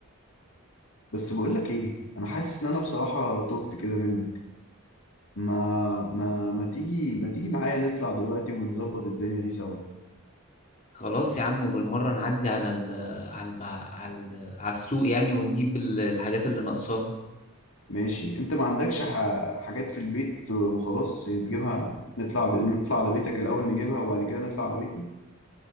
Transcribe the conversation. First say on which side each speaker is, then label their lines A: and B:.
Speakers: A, on the left (about 65°); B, on the left (about 35°).
A: بس بقول لك ايه انا حاسس ان انا بصراحة تهت كده منك ما ما ما تيجي ما تيجي معايا نطلع دلوقتي ونظبط الدنيا دي سوا
B: خلاص يا عم وبالمرة نعدي على ال على الم- على ال- على السوق يعني ونجيب ال- الحاجات اللي ناقصانا
A: ماشي انت ما عندكش ح... حاجات في البيت وخلاص يعني تجيبها نطلع ب... نطلع على بيتك الاول نجيبها وبعد كده نطلع على بيتي